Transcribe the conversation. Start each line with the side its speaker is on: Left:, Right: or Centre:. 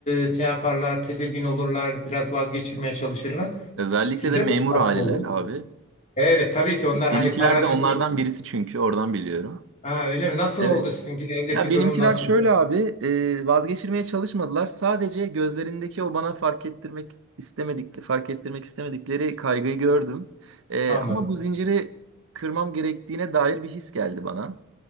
Left: e, şey yaparlar tedirgin olurlar biraz vazgeçirmeye çalışırlar.
Right: Özellikle
Left: Sizde
Right: de memur
Left: de nasıl
Right: aileler
Left: oldu?
Right: abi.
Left: Evet tabii ki onlar
Right: Benimkiler
Left: hani paranın
Right: de onlardan
Left: şeyini
Right: birisi çünkü oradan biliyorum.
Left: ha, öyle mi? Nasıl
Right: Evet.
Left: oldu sizinki evdeki
Right: Ya benimkiler
Left: durum nasıldı?
Right: şöyle abi, e, vazgeçirmeye çalışmadılar. Sadece gözlerindeki o bana fark ettirmek istemedik, fark ettirmek istemedikleri kaygıyı gördüm. E,
Left: Anladım
Right: ama bu zinciri kırmam gerektiğine dair bir his geldi bana.